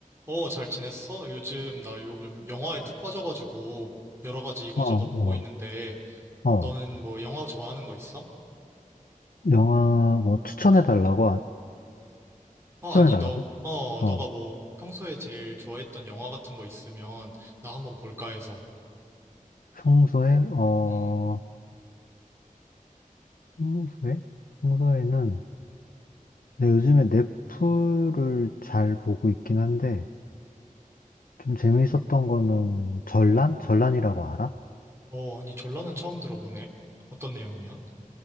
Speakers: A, on the right; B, on the left.
A: 어, 잘 지냈어? 요즘 나 요즘 영화에 푹 빠져가지고 여러 가지 이거저거
B: 어,
A: 보고
B: 어,
A: 있는데
B: 어.
A: 너는 뭐 영화 좋아하는 거 있어?
B: 영화 뭐 추천해 달라고? 아,
A: 어,
B: 추천해
A: 아니
B: 달라고?
A: 너, 어,
B: 어.
A: 너가 뭐 평소에 제일 좋아했던 영화 같은 거 있으면 나 한번 볼까 해서.
B: 평소에, 어,
A: 음.
B: 평소에? 평소에는 내 요즘에 넷플을 잘 보고 있긴 한데 좀 재미있었던 거는 전란? 전란이라고 알아?
A: 어, 아니 전라는 처음 들어보네. 어떤 내용이야?